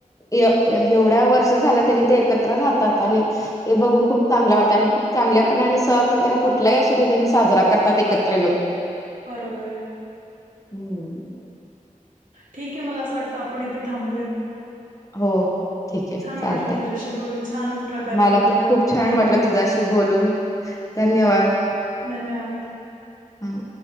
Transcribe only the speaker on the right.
बरोबर आहे
ठीक आहे मला असं वाटतं आपण इथे थांबूया
छान
वाटलं तुझ्याशी बोलून छान प्रकारे
म्हणजे
अ,
मुद्दे
मांडलेत.
धन्यवाद